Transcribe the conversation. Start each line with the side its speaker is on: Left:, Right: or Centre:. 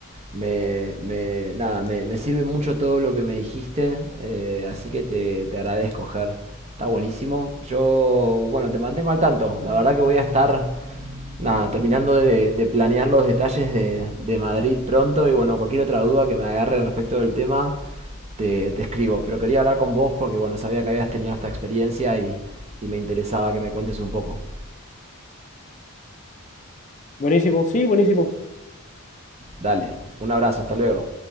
Right: Me, me- nada, me, me sirve mucho todo lo que me dijiste, eh, así que te, te agradezco, Ger. Está buenísimo. Yo, bueno, te mantengo al tanto. La verdad que voy a estar Nada, terminando de, de planear los detalles de, de Madrid pronto y bueno, cualquier otra duda que me agarre respecto del tema, te, te escribo. Pero quería hablar con vos porque bueno, sabía que habías tenido esta experiencia y, y me interesaba que me cuentes un poco.
Left: Buenísimo, sí, buenísimo.
Right: Dale, un abrazo, hasta luego.